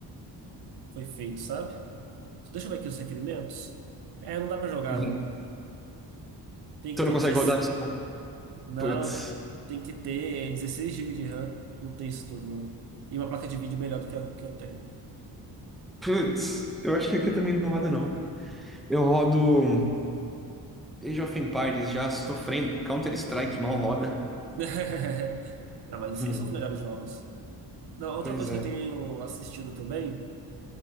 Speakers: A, on the right; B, in the centre.
A: foi feito, sabe? Deixa eu ver aqui os requerimentos. É, não dá pra jogar,
B: <laughs>
A: não. Tem que
B: Você
A: ter
B: não consegue
A: 16.
B: rodar no seu computador?
A: Não,
B: Putz.
A: tem que ter 16 gigas de RAM. Não tem isso tudo, não. E uma placa de vídeo melhor do que a que eu tenho.
B: Putz. Eu acho que aqui também não roda, não. Eu rodo Age of Empires já sofrendo. Counter-Strike mal roda.
A: <laughs> Não, mas isso
B: Hum,
A: aí são os melhores jogos. Não, outra
B: pois
A: coisa
B: é.
A: que eu tenho assistido também